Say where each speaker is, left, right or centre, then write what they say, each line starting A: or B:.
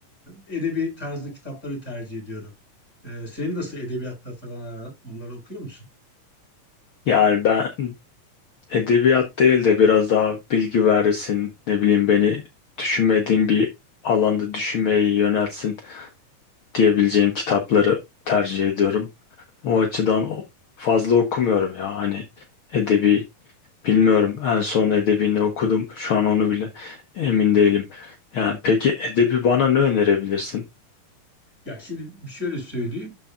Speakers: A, on the left (about 20°); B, on the left (about 70°).
A: e, edebi tarzı kitapları tercih ediyorum. E, senin nasıl edebiyatla falan aran? Onları okuyor musun?
B: Yani ben edebiyat değil de biraz daha bilgi verirsin, ne bileyim beni düşünmediğim bir alanda düşünmeyi yöneltsin diyebileceğim kitapları tercih ediyorum. O açıdan o- fazla okumuyorum ya. Hani edebi Bilmiyorum. En son edebi ne okudum? Şu an onu bile emin değilim. Yani peki edebi bana ne önerebilirsin?
A: Ya şimdi şöyle söyleyeyim.